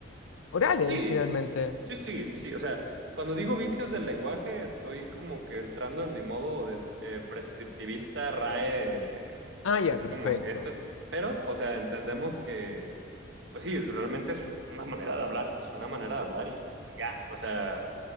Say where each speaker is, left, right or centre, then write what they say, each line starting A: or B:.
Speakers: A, on the left (about 85°); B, on the right (about 60°).
A: orales
B: Sí,
A: finalmente.
B: sí, sí, sí, sí. O sea, cuando digo vicios del lenguaje, estoy como que entrando en mi modo de, eh, prescriptivista, RAE, eh,
A: Ah, ya,
B: así
A: perfecto.
B: como que esto es. Pero, o sea, entendemos que, pues sí, realmente es una manera de hablar, es una manera de hablar y, y ya. O sea,